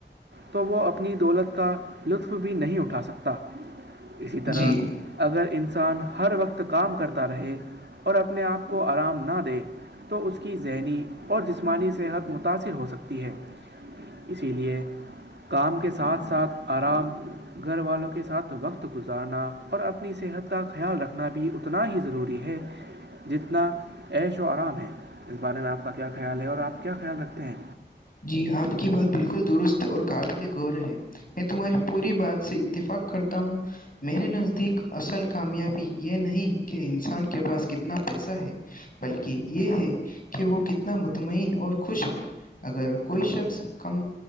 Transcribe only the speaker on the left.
جی
جی آپ کی بات بالکل درست اور قابل غور ہے میں تمہاری پوری بات سے اتفاق کرتا ہوں میرے نزدیک اصل کامیابی یہ نہیں کہ انسان کے پاس کتنا پیسہ ہے بلکہ یہ ہے کہ وہ کتنا مطمئن اور خوش ہے اگر کوئی شخص کم